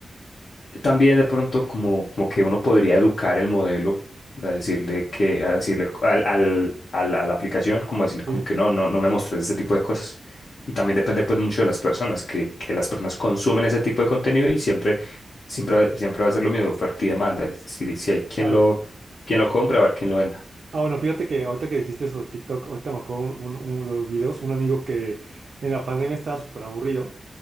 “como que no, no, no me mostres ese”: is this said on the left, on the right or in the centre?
Left